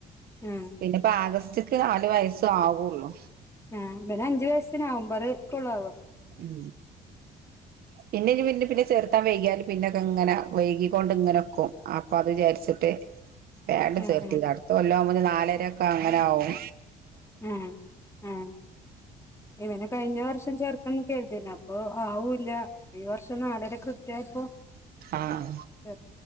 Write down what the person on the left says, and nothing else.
ആഹ്
ആഹ് ഇവന് അഞ്ചു വയസ്സ് നവംബർക്കുള്ളിൽ ആകും-
<inaudible>
ആഹ്
ആഹ്
ഉം ആ ഇവന് കഴിഞ്ഞ വർഷം ചേർതാന്ന് കരുതിന അപ്പൊ ആവൂല്ല ഈ വർഷം നാളരെ കൃത്യായപ്പോ
ചേർ